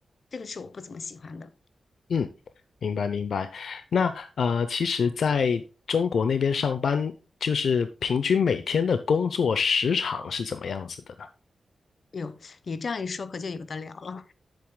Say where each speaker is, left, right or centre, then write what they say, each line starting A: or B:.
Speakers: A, on the left; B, on the left.
A: 这个是我不怎么喜欢的。
B: 嗯。明白明白。那呃，其实在中国那边上班，就是平均每天的工作时长是怎么样子的呢？
A: 哎呦，你这样一说，可就有的聊了。